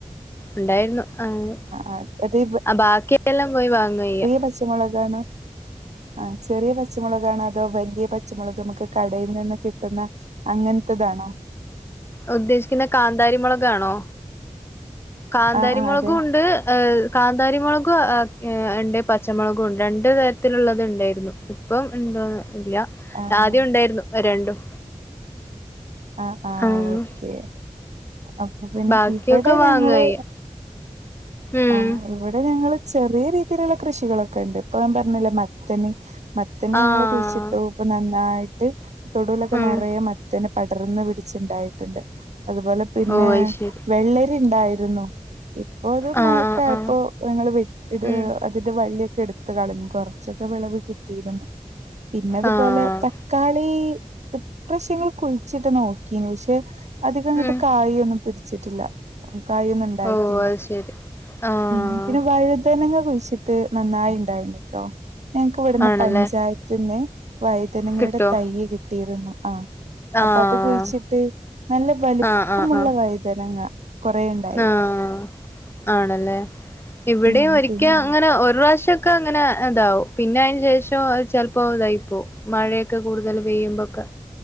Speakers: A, on the left; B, on the right.
A: ഉണ്ടായിരുന്നു. ആഹ്
B: ആഹ് അത്
A: അ ബാക്കിയെല്ലാം പോയി വാങ്ങാ ചെയ്യാ.
B: പച്ചമുളകാണൊ. ആഹ് ചെറിയ പ.... ച്ചമുളകാണൊ അതോ വല്ല്യ പച്ചമുളക് നമുക്ക് കടയിൽ നിന്ന് കിട്ടുന്ന അങ്ങൻത്തതാണൊ?
A: ഉദ്ദേശിക്കുന്ന കാന്താരിമുളക്ണോ കാന്താരിമളക്
B: ആഹ് ആഹ് അതെ
A: ഉണ്ട് ഏ കാന്താരിമുളകും ഉണ്ട് പച്ചമുളകും ഉണ്ട് രണ്ട് തരത്തിലുള്ളത് ഉണ്ടായിരുന്നു ഇപ്പം ഉണ്ടോ ഇയ
B: ആഹ്
A: ആദ്യം ഉണ്ടായിരുന്നു രണ്ടും
B: ആ ആ
A: ആഹ്
B: ഓക്കെ അപ്പൊ പിന്നെ
A: ബാക്കിയൊക്കെ
B: ഇവിടെ
A: വാങ്ങയ്യ
B: ഞങ്ങള്
A: ഉം
B: ആഹ ഇവിടെ ഞങ്ങള് ചെറിയ രീതിയിലുള്ള കൃഷികളൊക്കെ ഉണ്ട് ഇപ്പൊ ഞൻ പറഞ്ഞില്ല മത്തന് മത്തന്
A: ആഹ്
B: ഞങ്ങള്ൾ കുഴിച്ചിട്ടു ഇപ്പൊ നന്നായിട്ട് തൊടുിലൊക്കെ
A: ഉം
B: നിറയെ മുത്താനം പടർന്ന് പിടിച്ചുണ്ടായിട്ടുണ്ട് അതുപോലെ പിന്നെ
A: ഓ അത് ശരി
B: വെള്ളരി ഉണ്ടായിരുന്നു ഇപ്പൊ അത്
A: ആഹ്
B: മയക്കായപ്പോ
A: ആഹ്
B: നിങ്ങള് ഇ
A: ആഹ് ഉം
B: അതിന്റെ വള്ളിയൊക്കെ എടുത്ത് പത്ത് കളഞ്ഞഞ് കൊറച്ചൊക്കെ വിളവ് കിട്ടിയിരുന്നു പിന്നെതുപോലെ
A: ആഹ്
B: തക്കാളി ഇപ്രാശ്യങ്ങള് കുഴിച്ചിട്ട് നോക്കീന് പശെ അധികങ്ങട്ട്
A: ഉം
B: കായിയൊന്നും പിടിച്ചിട്ടില്ല കായൊന്നുണ്ടായിട്ടില്ല
A: ഓ അത് ശരി ആഹ്
B: ഉം പിന്നെ വഴിതനങ്ങ കുഴിച്ചിട്ട് നന്നായി ഉണ്ടായിണ്. ഞങ്ങക്കിവിട്ന്ന്
A: ആണല്ലേ
B: പഞ്ചായത്ത്ന്ന് വൈതനങ്ങടെ
A: കിട്ടോ
B: തൈ കി ആഹ് അപ്പത്
A: ആഹ്
B: കുഴിച്ചിട്ട് നല്ല വലിപ്പമുള്ള
A: ആഹ് ആഹ് ആഹ്
B: വൈതനങ്ങആയി കുറേണ്ട
A: ആഹ് ആണല്ലേ ഇവിടേ
B: ഉം
A: ഒരിക്കെ
B: പിന്നെ
A: അങ്ങനെ ഒരുറാശ്യം ക്കങ്ങനെതാവും പിന്നയിന് ശേഷം ചെലപ്പോ ഇതായിപോ മഴയൊക്കെ കൂടുതല് പെയ്യുമ്പൊക്കെ.